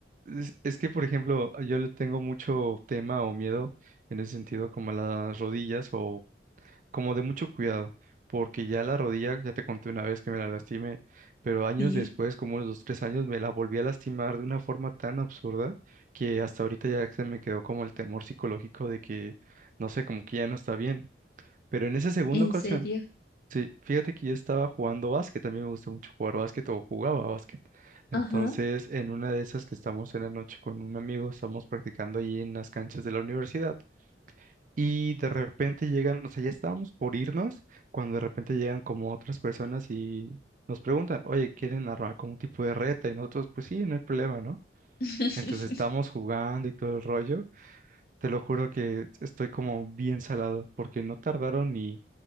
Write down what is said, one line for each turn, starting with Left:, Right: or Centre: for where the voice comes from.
Right: es, es que, por ejemplo, yo le tengo mucho tema o miedo en ese sentido, como a las rodillas como de mucho cuidado, porque ya la rodilla, ya te conté una vez que me la lastimé, pero años
Left: Sí,
Right: después, como unos dos, tres años, me la volví a lastimar de una forma tan absurda que hasta ahorita ya se me quedó como el temor psicológico de que, no sé, como que ya no está bien. Pero en esa segunda
Left: en
Right: ocasión,
Left: serio.
Right: sí, fíjate que yo estaba jugando básquet, también me gusta mucho jugar básquet o jugaba básquet. Entonces,
Left: Ajá.
Right: en una de esas que estamos en la noche con un amigo, estamos practicando ahí en las canchas de la universidad. Y de repente llegan, o sea, ya estábamos por irnos, cuando de repente llegan como otras personas y nos preguntan, oye, ¿quieren armar como un tipo de reta? Y nosotros, pues sí, no hay problema, ¿no?
Left: <laughs>
Right: Entonces estamos jugando y todo el rollo. Te lo juro que estoy como bien salado, porque no tardaron ni,